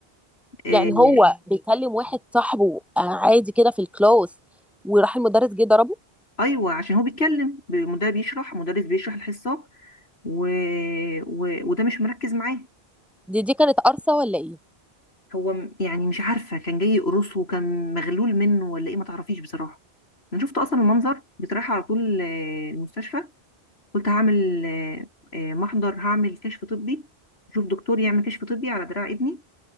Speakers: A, on the left; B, in the centre.
A: آه،
B: يعني هو بيكلم واحد صاحبه آه، عادي كده في الكلاس وراح المدرس جه ضربه
A: ايوه عشان هو بيتكلم المدرب بيشرح مدرس بيشرح الحصه و... و... وده مش مركز معاه
B: دي دي كانت قرصه ولا ايه
A: هو م- يعني مش عارفه كان جاي يقرصه كان مغلول منه ولا ايه ما تعرفيش بصراحه انا شفت اصلا المنظر بصراحه على طول آه، المستشفى قلت هعمل آه، آه، محضر هعمل كشف طبي شوف دكتور يعمل كشف طبي على دراع ابني